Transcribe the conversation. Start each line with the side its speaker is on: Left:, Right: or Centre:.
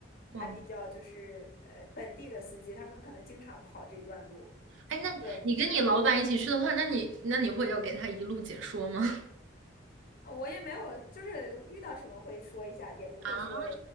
Left: 还比较就是呃本地的司机，
Right: 哇，嗯
Left: 他们可能经常跑这一段路，
Right: 哎，那你跟你老板一起去的话，
Left: 对。
Right: 那你那你会要给他一路解说吗？<laughs>
Left: 呃我也没有，就是遇到什么会说一下，也不会说，
Right: 啊，
Left: 呃，